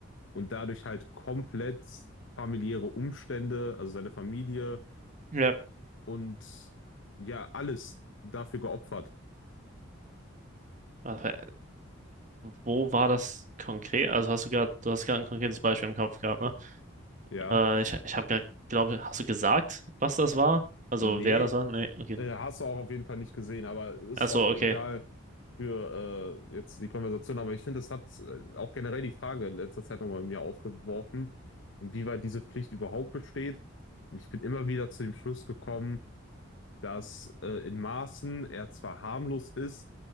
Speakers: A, on the left; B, on the right.
A: und dadurch halt komplett familiäre Umstände, also seine Familie
B: ja.
A: und ja, alles dafür geopfert.
B: Aber wo war das konkret? Also hast du gerade, du hast gerade ein konkretes Beispiel im Kopf gehabt, ne?
A: Ja,
B: Äh, ich ich habe gerade, glaube, hast du gesagt, was das war? Also
A: nee
B: wer das war? Nee, okay.
A: äh, hast du auch auf jeden Fall nicht gesehen, aber ist
B: Achso,
A: auch
B: okay.
A: egal. für äh, jetzt die Konversation, aber ich finde, es hat äh, auch generell die Frage in letzter Zeit nochmal in mir aufgeworfen, inwieweit diese Pflicht überhaupt besteht. Und ich bin immer wieder zu dem Schluss gekommen, dass äh, in Maßen er zwar harmlos ist,